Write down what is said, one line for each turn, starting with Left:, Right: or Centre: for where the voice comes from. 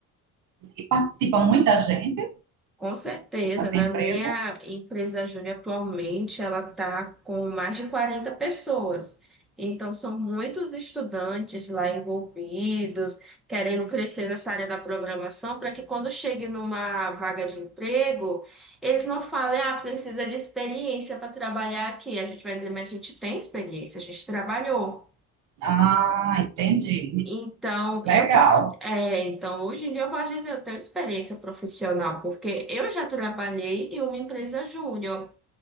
Right: E participa muita gente
Centre: Com certeza,
Right: dessa
Centre: na
Right: empresa.
Centre: minha empresa Júnior atualmente, ela está com mais de 40 pessoas. Então, são muitos estudantes lá envolvidos, querendo crescer nessa área da programação, para que quando chegue numa vaga de emprego, eles não falem, ah, precisa de experiência para trabalhar aqui. A gente vai dizer, mas a gente tem experiência, a gente trabalhou.
Right: Ah, entendi.
Centre: Então,
Right: Legal.
Centre: eu posso. É, então, hoje em dia eu posso dizer, que eu tenho experiência profissional, porque eu já trabalhei em uma empresa júnior,